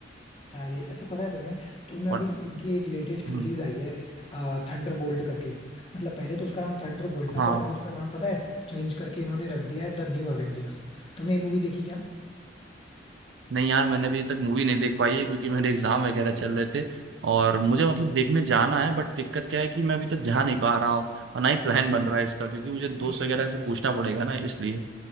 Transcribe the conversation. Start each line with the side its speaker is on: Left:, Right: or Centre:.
Left: हाँ ये अच्छा पता है तुमने तुमने
Right: पर
Left: अभी इनकी एक लेटेस्ट
Right: हम्म,
Left: रिलीज आई है थंडर बोल्ट करके मतलब पहले तो उसका नाम थंडर बोल्ट था
Right: हाँ
Left: बट अभी उसका नाम पता है चेंज करके इन्होंने रख दिया है द न्यू अवेंजर्स तुमने ये मूवी देखी
Right: नहीं यार मैंने अभी तक मूवी नहीं देख पाई है क्योंकि मेरे एग्जाम वगैरह चल रहे थे और मुझे मतलब देखने जाना है बट दिक्कत क्या है कि मैं अभी तक जा नहीं पा रहा हूँ और ना ही प्लान बन रहा है इसका क्योंकि मुझे दोस्त
Left: क्या
Right: वगैरह से पूछना पड़ेगा ना इसलिए